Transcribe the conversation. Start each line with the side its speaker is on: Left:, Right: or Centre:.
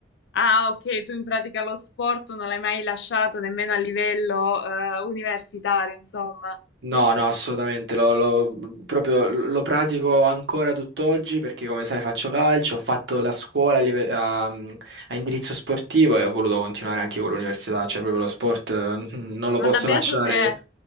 Left: Ah, ok, tu in pratica lo sport non l'hai mai lasciato nemmeno a livello eh, universitario, insomma.
Right: No, no, assolutamente, lo, lo- mhmm, proprio lo pratico ancora tutt'oggi perché come sai faccio calcio, ho fatto la scuola a, live- a- mhmm, a indirizzo sportivo e ho voluto continuare anche con l'università, cioè proprio lo sport eh, <laughs> non lo
Left: Guarda,
Right: posso
Left: beato
Right: lasciare
Left: te.
Right: io.